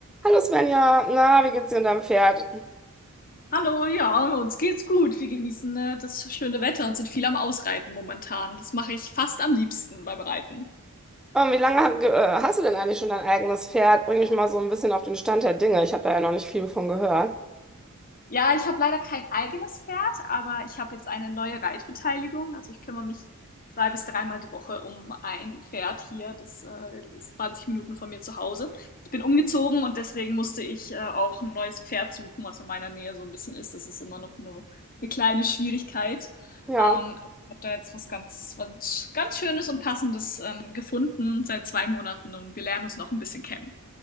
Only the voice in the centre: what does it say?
Hallo Svenja, na, wie geht's dir und deinem Pferd?
Ähm, wie lange ha- ge- äh, hast du denn eigentlich schon dein eigenes Pferd? Bring mich mal so ein bisschen auf den Stand der Dinge. Ich habe da ja noch nicht viel von gehört.
Ja.